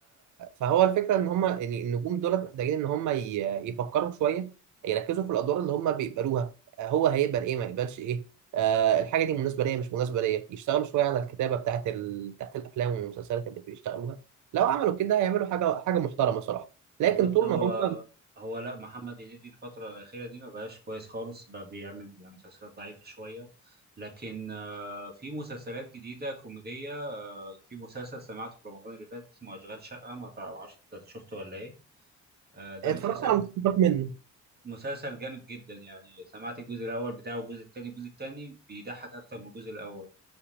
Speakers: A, on the right; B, on the right.
A: فهو الفكره ان هم النجوم دول محتاجين ان هم ي... يفكروا شويه يركزوا في الادوار اللي هم بيقبلوها هو هيقبل ايه ما يقبلش ايه آه الحاجه دي مناسبه ليا مش مناسبه ليا يشتغلوا شويه على الكتابه بتاعت ال... بتاعت الافلام والمسلسلات اللي بيشتغلوها لو عملوا كده هيعملوا حاجه حاجه محترمه صراحه
B: بالظبط
A: لكن طول
B: هو
A: ما هم
B: هو لا محمد هنيدي الفترة الأخيرة دي ما بقاش كويس خالص بقى بيعمل يعني مسلسلات ضعيفة شوية لكن آه، في مسلسلات جديدة كوميدية آه، في مسلسل سمعته في رمضان اللي فات اسمه أشغال شقة ما تعرفش أنت شفته ولا إيه آه، ده
A: اتفرجت
B: مسلسل
A: على مستوى منه
B: مسلسل جامد جدا يعني سمعت الجزء الأول بتاعه والجزء التاني الجزء التاني بيضحك أكتر من الجزء الأول